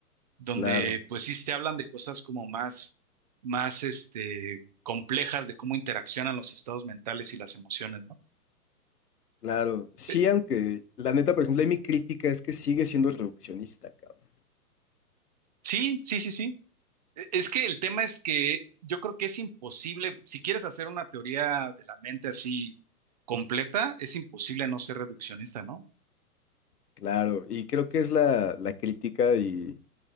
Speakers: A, on the right; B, on the left.
A: donde
B: Claro.
A: pues sí te hablan de cosas como más, más este, complejas de cómo interaccionan los estados mentales y las emociones, ¿no?
B: Claro, sí,
A: Eh,
B: aunque la neta, por ejemplo, ahí mi crítica es que sigue siendo reduccionista, cabrón.
A: sí, sí, sí, sí. E, Es que el tema es que yo creo que es imposible, si quieres hacer una teoría de la mente así completa, es imposible no ser reduccionista, ¿no?
B: Claro, y creo que es la, la crítica y,